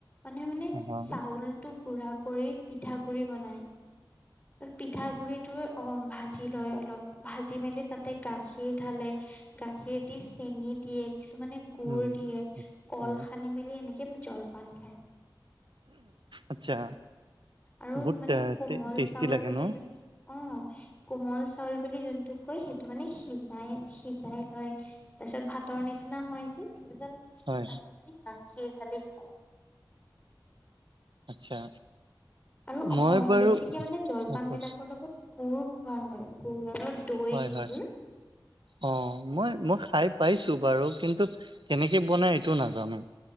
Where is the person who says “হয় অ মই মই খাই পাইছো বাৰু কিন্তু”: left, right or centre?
Right